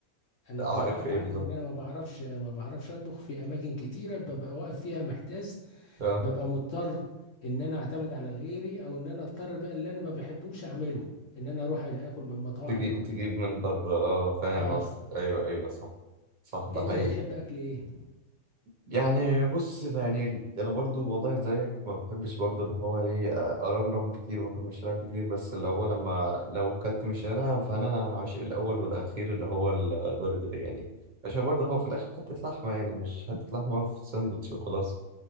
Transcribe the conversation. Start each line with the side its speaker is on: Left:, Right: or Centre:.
Left: انا
Right: عائق
Left: كان عائق
Right: في ايه
Left: عندي
Right: بالظبط
Left: ان انا ما بعرفش ما بعرفش اطبخ في اماكن كتيرة ببقى واقف فيها محتاس
Right: اه
Left: ببقى مضطر ان انا اعتمد على غيري او ان انا اضطر بقى اللي انا ما بحبوش اعمله ان انا اروح اكل من مطاعم
Right: تجيب
Left: او كده
Right: تجيب من بره اه فاهم
Left: اه
Right: قصدك ايوه ايوه صح صح ده
Left: انت
Right: حقيقي
Left: بتحب اكل ايه
Right: يعني بص يعني انا برضو والله زيك ما بحبش برضو اللي هو ايه آه، ارمرم كتير واكل من الشارع كتير بس اللي هو لما لو كلت من الشارع فانا عاشق الاول والاخير اللي هو البرجر يعني عشان برضه هو في الاخر حته لحمه يعني مش حته لحمه في ساندوتش وخلاص